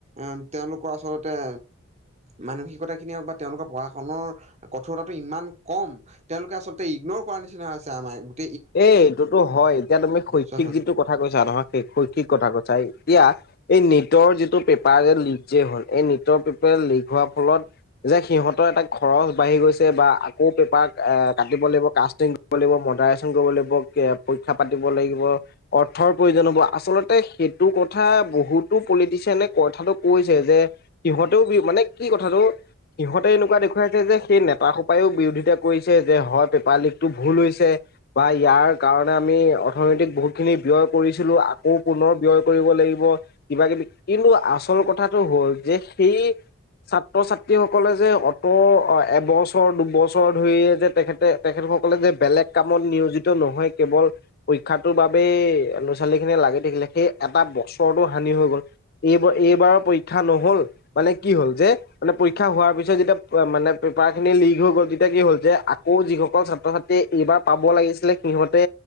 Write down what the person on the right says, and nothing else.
এ তেওঁলোকো আচলতে, মানসিকতাখিনি হওক বা তেওঁলোকৰ প্ৰশাসনৰ কঠোৰতাটো ইমান কম, তেওঁলোকে আচলতে ইগনৰ কৰাৰ নিচিনা হৈছে আমাক।
চোৱা চোন